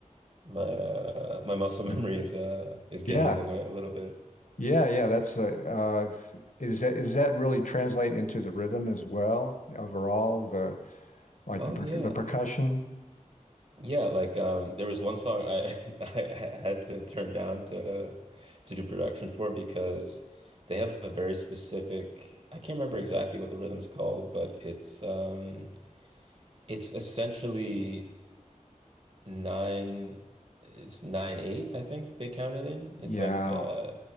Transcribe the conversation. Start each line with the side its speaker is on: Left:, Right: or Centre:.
Right: My uh my muscle <laughs> memory
Left: mm.
Right: is uh is getting
Left: yeah.
Right: in the way a little bit.
Left: Yeah, yeah. That's uh, uh is that is that really translate into the rhythm as well overall, the like
Right: Oh
Left: the per
Right: yeah.
Left: the percussion?
Right: Yeah, like um there was one song I <laughs> I had to turn down to to do production for because they have a very specific I can't remember exactly what the rhythm's called, but it's um it's essentially nine it's nine eight, I think they count it in.
Left: Yeah.
Right: It's like uh